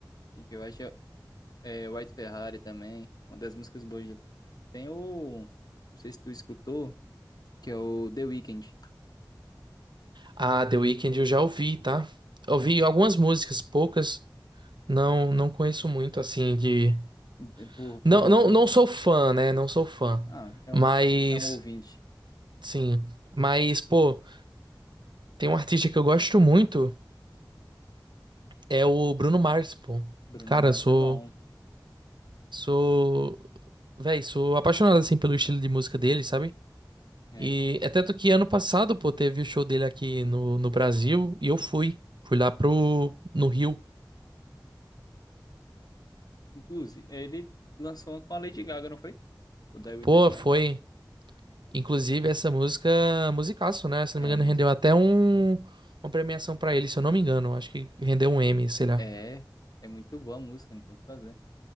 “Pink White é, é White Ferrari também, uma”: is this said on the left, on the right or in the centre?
Left